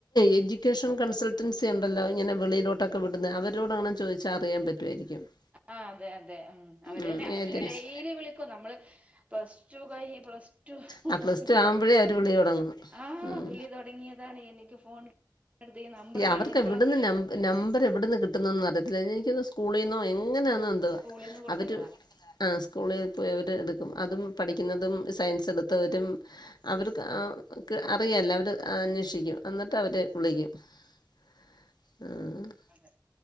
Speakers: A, on the left; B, on the right.
A: എഡ്യൂക്കേഷൻ കൺസൾട്ടൻസി ഉണ്ടല്ലോ ഇങ്ങനെ വെളിയി ലോട്ടൊക്കെ വിടുന്ന അവരോട് അണേ ചോദിച്ചാൽ അറിയാൻ പറ്റുമായിരിക്കും <unintelligible>
B: ആഹ് അതെ അതെ ഉം അവര്ന്നെ
A: ഉം
B: അവരെ
A: ഏജൻസ്
B: ഡെയിലി വിളിക്കും നമ്മള് പ്ലസ് ടു കൈ പ്ലസ് ടു
A: ആ പ്ലസ് ടു ആവുമ്പോഴേ
B: തുടങ്ങ
A: അവര് വിളി തുടങ്ങും
B: ആഹ്
A: ഉം
B: വിളി തുടങ്ങിയതാണ് എനിക്ക് ഫോൺ നമ്പർ
A: ഈ അവർക്ക്
B: കാണുമ്പോളെ
A: എവിടുന്ന് നം നമ്പർ എവിടന്ന് കിട്ടുന്നതന്ന് അറിയത്തില്ല എനിക്കോന്ന് സ് സ്കൂളിൽ നിന്നോ എങ്ങനെയാണ്
B: ആഹ്
A: എന്തുവാ
B: സ്കൂളിൽന്ന് കൊടുക്കുന്നതാ
A: അവര് ആഹ് സ്കൂളിൽ പോയി അവര് എടുക്കും അതും പഠിക്കുന്നതും സയൻസ് എടുത്തവരും അവർക്ക് അറിയല്ല അവര് അന്വേഷിക്കും എന്നിട്ട് അവര് വിളിക്കും ആഹ്
B: അതെ